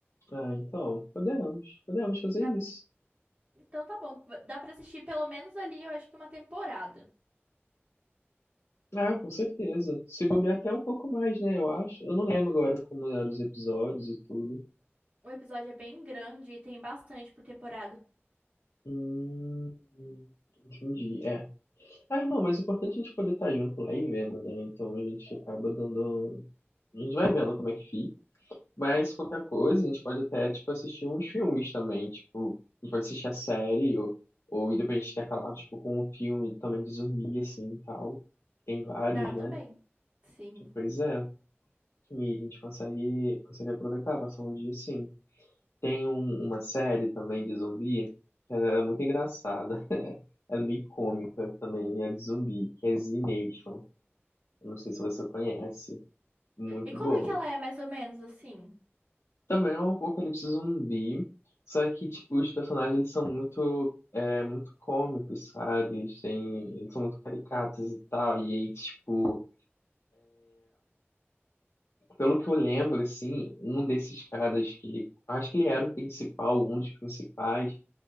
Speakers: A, on the left; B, on the right.
A: Ah, então, podemos, podemos fazer
B: Dá
A: isso.
B: Então tá bom. Dá pra assistir pelo menos ali, eu acho que uma temporada.
A: Ah, com certeza. Se bobear até um pouco mais, né, eu acho. Eu não lembro agora como eram os episódios e tudo.
B: O episódio é bem grande e tem bastante por temporada.
A: Hum, entendi, é. Ah, não, mas o importante é a gente poder estar junto lá e vendo, né? Então a gente acaba dando... A gente vai vendo como é que fica. Mas qualquer coisa, a gente pode até, tipo, assistir uns filmes também, tipo... A gente pode assistir a série ou, ou e depois a gente intercalar, tipo, com um filme também de zumbi, assim, e tal. Tem vários,
B: Dá também.
A: né?
B: Sim.
A: Pois é. E a gente consegue, consegue aproveitar, passar um dia sim. Tem um- uma série também de zumbi, que ela é muito engraçada. <laughs> Ela é meio cômica também, é de zumbi, que é Z Nation. Eu não sei se você conhece. Muito
B: E como
A: boa.
B: é que ela é mais ou menos assim?
A: Também é um apocalipse zumbi, só que, tipo, os personagens eles são muito, é, muito cômicos, sabe? Eles têm, eles são muito caricatos e tal. E aí, tipo. pelo que eu lembro, assim, um desses caras que ele. Acho que ele era o principal, um dos principais.